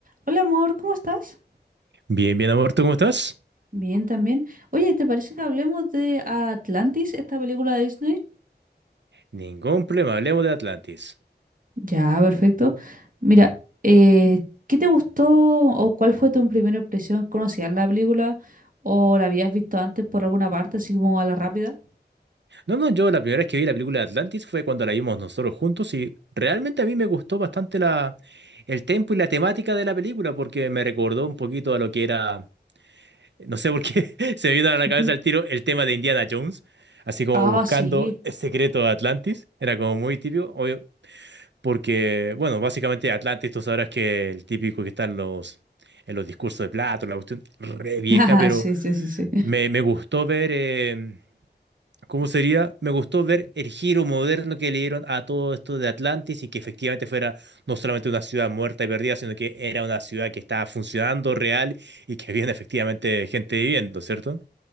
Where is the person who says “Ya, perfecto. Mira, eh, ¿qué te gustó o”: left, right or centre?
Right